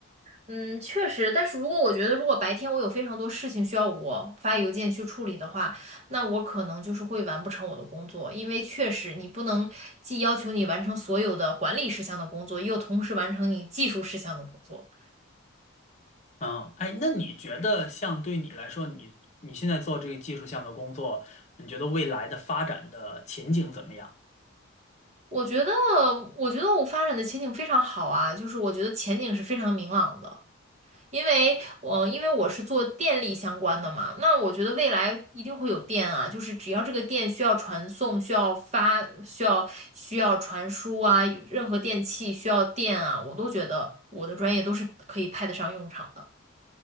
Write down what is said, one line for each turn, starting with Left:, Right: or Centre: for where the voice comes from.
Right: 嗯，确实，但是如果我觉得如果白天我有非常多事情需要我发邮件去处理的话，那我可能就是会完不成我的工作，因为确实你不能既要求你完成所有的管理事项的工作，又同时完成你技术事项的工作。
Left: 嗯，哎，那你觉得像对你来说，你你现在做这个技术项的工作，你觉得未来的发展的前景怎么样？
Right: 我觉得，我觉得我发展的前景非常好啊，就是我觉得前景是非常明朗的。因为我因为我是做电力相关的嘛，那我觉得未来一定会有电啊，就是只要这个电需要传送、需要发、需要需要传输啊，任何电器需要电啊，我都觉得我的专业都是可以派得上用场的。